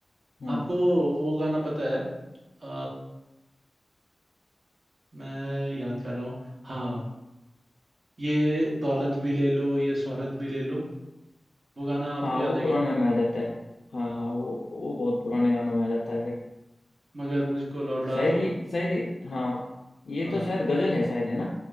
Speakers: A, on the left (about 75°); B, on the right (about 65°).
A: हम्म
B: आपको वो गाना पता है अ, मैं याद कर रहा हूँ हाँ ये दौलत भी ले लो ये शोहरत भी ले लो वो गाना आपको
A: हाँ
B: याद
A: वो
B: है
A: पुराने
B: क्या
A: में आ जाता है हाँ
B: हाँ
A: हाँ वो वो बहुत पुराने गानों में आ जाता है फिर
B: मगर मुझको लौटा
A: शायद
B: दो
A: ये शायद ये हाँ ये
B: हाँ
A: तो शायद गजल है शायद है ना